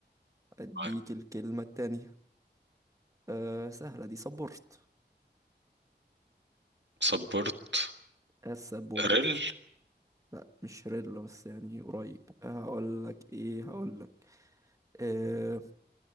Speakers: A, on the right (about 15°); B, on the right (about 80°).
A: أديك
B: طيب،
A: الكلمة التانية أه سهلة دي سبورت
B: صبرت
A: السبورت
B: ريل
A: لا مش شريلا بس يعني قريب آه، هقول لك إيه هقول لك أه